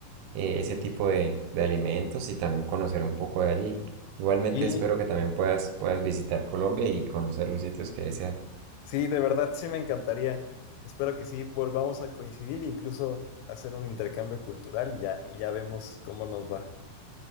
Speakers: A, on the right; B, on the left.
A: eh, ese tipo de, de alimentos y también conocer un poco de allí. Igualmente
B: Y
A: espero que también puedas, puedas visitar Colombia y conocer los sitios que deseas.
B: Sí, de verdad sí me encantaría. Espero que sí volvamos a coincidir, incluso hacer un intercambio cultural y ya, y ya vemos cómo nos va.